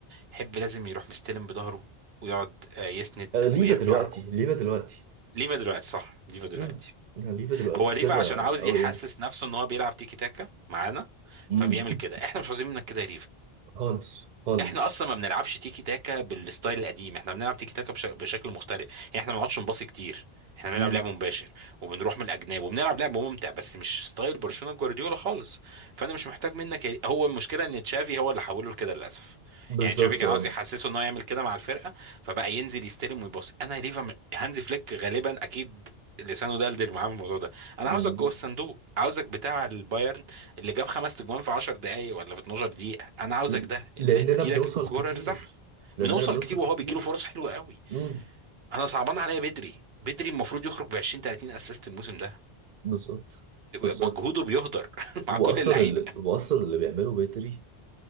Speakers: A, on the right; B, on the right.
A: حب لازم يروح مستلم بظهره ويقعد آه، يسند
B: آه، ليفا
A: ويرجع
B: دلوقتي ليفا دلوقتي
A: ليفا دلوقتي صح ليفا دلوقتي
B: امم الهليفة دلوقتي
A: هو ليفا
B: كده
A: عشان عاوز
B: أوي
A: يحسس
B: يعني
A: نفسه ان هو بيلعب تيكي تاكا معانا
B: امم
A: فبيعمل كده احنا مش عاوزين منك كده يا
B: خالص خالص
A: احنا اصلا ما بنلعبش تيكي تاكا بالستايل القديم احنا بنلعب تيكي تاكا بش... بشكل مختلف يعني احنا ما بنقعدش نباصي كتير احنا بنلعب
B: امم
A: لعب مباشر وبنروح من الاجناب وبنلعب لعب ممتع بس مش ستايل برشلونة جوارديولا خالص فانا مش محتاج منك هو المشكله ان تشافي هو اللي حوله لكده للاسف
B: بالظبط
A: يعني تشافي كان
B: اه
A: عاوز يحسسه ان هو يعمل كده مع الفرقه فبقى ينزل يستلم ويباصي انا ليفا م- هانزي فليك غالبا اكيد لسانه دلدل معاه في الموضوع ده انا
B: امم
A: عاوزك جوه الصندوق عاوزك بتاع البايرن اللي جاب خمس تجوان في 10 دقايق ولا في 12 دقيقة انا عاوزك
B: ل-
A: ده اللي
B: لأننا
A: تجيلك
B: بنوصل
A: الكورة
B: كتير
A: ارزح
B: لأننا
A: بنوصل
B: بنوصل
A: كتير وهو
B: كتير
A: بيجيله فرص حلوة قوي
B: امم
A: انا صعبان عليا بدري بدري المفروض يخرج ب 20 30 اسيست الموسم ده
B: بالظبط بالظبط
A: مجهوده بيهدر <laughs>
B: وأصلا
A: مع كل اللعيبة
B: اللي وأصلا اللي بيعمله بدري